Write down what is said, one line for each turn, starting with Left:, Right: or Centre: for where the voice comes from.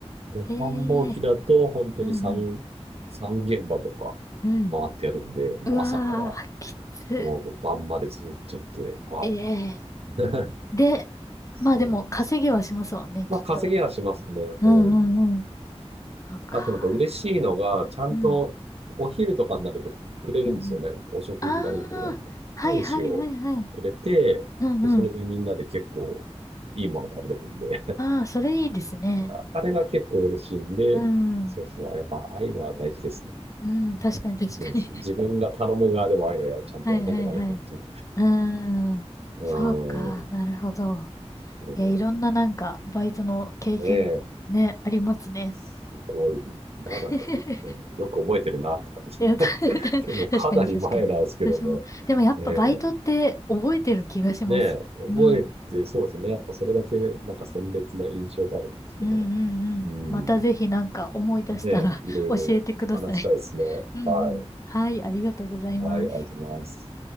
Right: うで、
Left: へえ。
Right: 繁忙期だと、本当に3、
Left: うんうん。
Right: 3現場とか
Left: うん。
Right: 回ってやるんで、もう朝から、
Left: うわー、きつ。
Right: もう晩までずっとやって、は
Left: ええ。
Right: い。<laughs>
Left: で、
Right: そうなんです。
Left: まあでも稼ぎはしますもんね、きっと。
Right: まあ、稼ぎはしますね。うん。
Left: うんうんうん。そうか。
Right: あとなんか嬉しいのが、ちゃんとお昼とかになるとくれるんですよね。
Left: うん。うんうん。
Right: お食事代っていうか、
Left: ああ、
Right: なんか、
Left: はいはいはいはい。
Right: 分子をくれて、
Left: うんうん。
Right: でそれでみんなで結構いいもの食べれるんで、
Left: ああ、それいいですね。
Right: <laughs> ああれが結構嬉しいんで、
Left: うん。
Right: そうそう、やっぱああいうのは大事ですね。
Left: うん、確かに確かに。
Right: うん自分が頼む側でもああいうのや、
Left: <laughs>
Right: ちゃんとやんなきゃダメだっていう。
Left: はいはいはい。うーん。
Right: <laughs> うーん。
Left: そうか、なるほど。
Right: うん
Left: いや、いろんななんか、バイトの経験ね、
Right: ねえ、
Left: ありますね。
Right: すごい。まだいでもよく覚えてるなとか、
Left: <laughs> いや、た <laughs>
Right: <laughs> もうかなり前なんですけどね。
Left: 確かに確かに。私も。でもやっぱバイトって覚えてる気がします。
Right: ねえ。ねえ、
Left: うん。
Right: 覚えて、そうですね。やっぱそれだけ、なんか鮮烈な印象があるんですよね。
Left: うんうんうん。
Right: うん。
Left: またぜひなんか思い出したら
Right: ねえ、いろいろ話したいですね。
Left: <laughs> 教えてください。うんうん。
Right: はい。
Left: はい、ありがとうございます。
Right: はい、ありがとうございます。